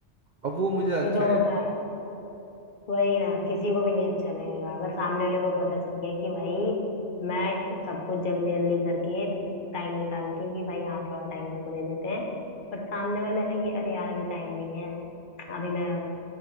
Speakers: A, on the right; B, on the left.
A: अब वो मुझे अच्छा
B: ये तो
A: नहीं
B: होता है वही ना किसी को भी नहीं अच्छा लगेगा अगर सामने वाले को पता चल गया कि भाई मैं सब कुछ जल्दी जल्दी करके टाइम निकाल के कि भाई हाँ थोड़ा टाइम इसको दे देते हैं पर सामने वाला है कि अरे यार अभी टाइम नहीं है अभी मैं